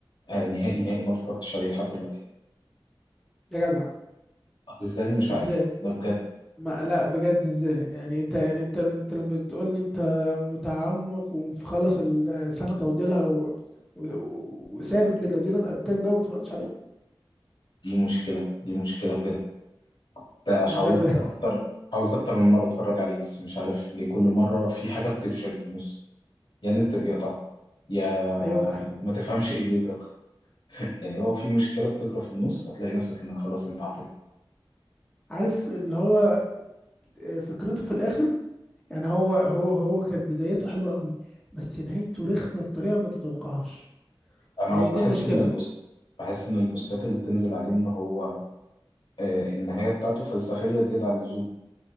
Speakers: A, on the left; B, in the centre.
A: آه، نهائي نهائي ما اتفرجتش عليه لحد دلوقتي
B: يا جدع
A: ازاي مش
B: ازاي
A: عارف ده بجد
B: ما لا بجد ازاي يعني انت يعني انت انت لما بتقول لي انت متعمق ومخلص السمكه وديلها و... و... وساب ابن الذين الاتاك ده وما اتفرجتش عليه
A: دي مشكله دي مشكله بجد ده حاولت
B: انا مش عارف <laughs>
A: اكتر حاولت اكتر من مره اتفرج عليه بس مش عارف ليه كل مره في حاجه بتفشل في النص يا النت بيقطع يا
B: ايوه
A: ما تفهمش ايه بيجرى يعني هو في مشكله بتجرى في النص فتلاقي نفسك انك خلاص انت عطلت
B: عارف اللي هو آه، فكرته في الاخر يعني هو هو هو كان بدايته حلوه قوي بس نهايته رخمه بطريقه ما تتوقعهاش
A: انا
B: يعني
A: بحس
B: دي المشكله
A: ان البوست بحس ان البوستات اللي بتنزل عليه ان هو آه النهايه بتاعته فلسفيه زياده عن اللزوم